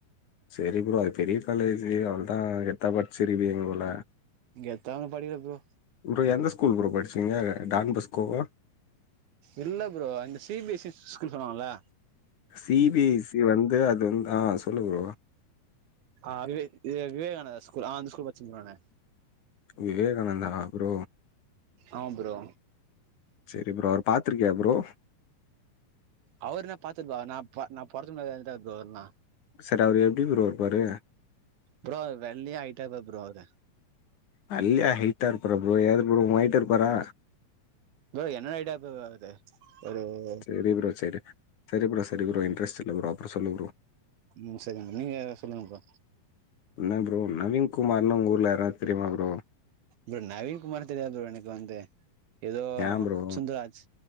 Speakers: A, on the left; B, on the right.
A: செரி ப்ரோ அது பெரிய காலேஜு அவ்ளதா கெத்தா படிச்சிருப்பீங்க போல
B: கெத்தா ஒன்னு படிக்ல ப்ரோ
A: ப்ரோ எந்த ஸ்கூல் ப்ரோ படிச்சீங்க டான் பஸ்கோவா
B: இல்ல ப்ரோ இந்த C B S E school சொல்லுவாங்ளா
A: சி பி சி வந்து அது வந் ஆ சொல்லு ப்ரோ
B: ஆ விவே இது விவேகானந்தா ஸ்கூல் ஆ அந்த ஸ்கூல் பச்சே ப்ரோ நா
A: விவேகானந்தாவா ப்ரோ
B: ஆமா ப்ரோ
A: செரி ப்ரோ அவர் பாத்துருக்கியா ப்ரோ
B: அவர நா பாத்துர் ப்ரோ நா பொ நா பொறத்து முன்னாடி எறந்டார் ப்ரோ நா
A: செரி அவரு எப்டி ப்ரோ இர்ப்பாரு
B: ப்ரோ வெள்ளயா ஐய்ட்டா இர்ப்பார் ப்ரோ அவுரு
A: வெள்யா ஹைட்டா இருப்பாரா ப்ரோ எது ப்ரோ ஒ ஹைட்டு இருப்பாரா
B: ப்ரோ என்னட ஹைட்டா இருப்பாரு ப்ரோ அவுரு ஒரு
A: செரி ப்ரோ செரி ப்ரோ செரி ப்ரோ செரி ப்ரோ இன்ட்ரஸ்ட் இல்ல ப்ரோ அப்றோ சொல்லு ப்ரோ
B: ம் செரிங்க நீங்க சொல்லுங்க ப்ரோ
A: என்ன ப்ரோ நவீன் குமார்னு உங்க ஊர்ல யாராது தெரிமா ப்ரோ
B: ப்ரோ நவீன் குமார் தெரியாது ப்ரோ எனக்கு வந்து எதோ
A: ஏன் ப்ரோ?
B: சுந்தராஜ்